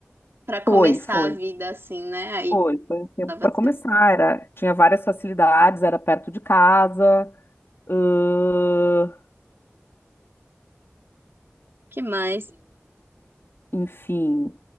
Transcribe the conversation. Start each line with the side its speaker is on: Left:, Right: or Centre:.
Right: para
Left: Foi,
Right: começar
Left: foi.
Right: a vida assim, né? Aí,
Left: Foi, foi um tempo
Right: tava.
Left: para começar. Era, tinha várias facilidades, era perto de casa, ãh,
Right: Que mais?
Left: enfim,